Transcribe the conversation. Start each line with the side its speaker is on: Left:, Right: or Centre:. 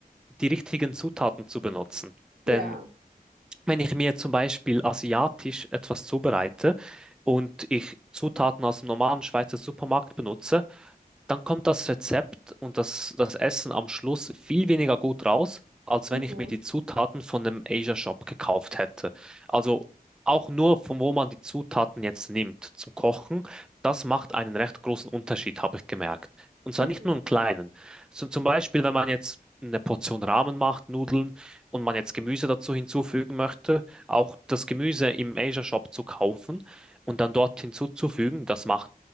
Centre: die richtigen Zutaten zu benutzen.
Right: Ja.
Centre: Denn wenn ich mir zum Beispiel asiatisch etwas zubereite und ich Zutaten aus dem normalen Schweizer Supermarkt benutze, dann kommt das Rezept und das, das Essen am Schluss viel weniger gut raus, als
Right: Mhm.
Centre: wenn ich mir die Zutaten von einem Asia Shop gekauft hätte. Also auch nur von wo man die Zutaten jetzt nimmt zum Kochen, das macht einen recht großen Unterschied, habe ich gemerkt. Und zwar
Right: Mhm.
Centre: nicht nur einen kleinen. So, zum Beispiel, wenn man jetzt eine Portion Ramen macht, Nudeln und man jetzt Gemüse dazu hinzufügen möchte, auch das Gemüse im Asia Shop zu kaufen und dann dort hinzuzufügen, das macht